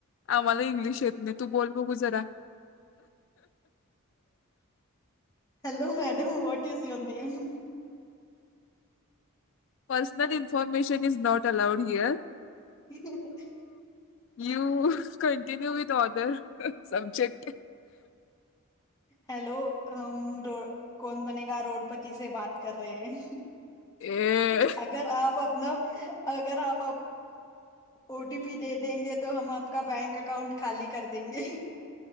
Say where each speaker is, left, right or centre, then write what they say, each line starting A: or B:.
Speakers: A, on the left; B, on the left.
A: आम्हाला इंग्लिश येत नाही तू बोल बघू जरा..
B: hello madam what is your name?
A: Personal information is not allowed here.
B: <inaudible>
A: You continue with order. Subject
B: hello <inaudible> कोण बनेगा करोडपती से बात कर रहे है
A: ए,
B: अगर आप आपण अगर आप... ओटीपी दे देंगे तो हम आपका बँक अकाउंट खाली कर देंगे.